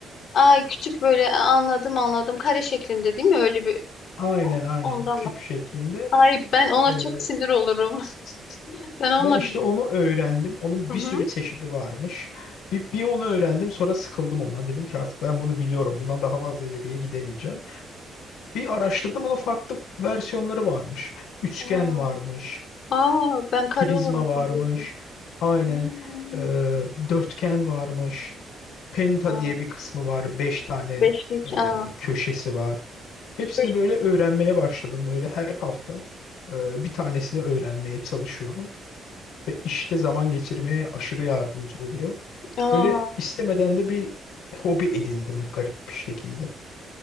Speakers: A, on the left; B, on the left.
A: Ay küçük böyle anladım anladım. Kare şeklinde değil mi? Öyle bir
B: Aynen
A: O-
B: aynen
A: ondan
B: küp
A: mı?
B: şeklinde.
A: Ay ben ona
B: Ee,
A: çok sinir olurum. <laughs> Ben onunla
B: ben işte
A: Hı
B: onu öğrendim. Onun
A: hı.
B: bir sürü çeşidi varmış. Bir, bir onu öğrendim sonra sıkıldım ondan. Dedim ki artık ben bunu biliyorum. Bundan daha fazla ileriye gidemeyeceğim. Bir araştırdım onun farklı versiyonları varmış. Üçgen
A: Aa,
B: varmış.
A: aa, ben kare
B: Prizma
A: olarak
B: varmış.
A: biliyordum.
B: Aynen.
A: Hmm.
B: Ee, dörtgen varmış. Penta
A: Aa,
B: diye bir kısmı var. Beş tane
A: beşlik.
B: e,
A: Aa.
B: köşesi var. Hepsini
A: Beş.
B: böyle öğrenmeye başladım. Böyle her hafta e, bir tanesini öğrenmeye çalışıyorum. Ve işte zaman geçirmeye aşırı yardımcı oluyor.
A: Aa.
B: Öyle istemeden de bir hobi edindim garip bir şekilde.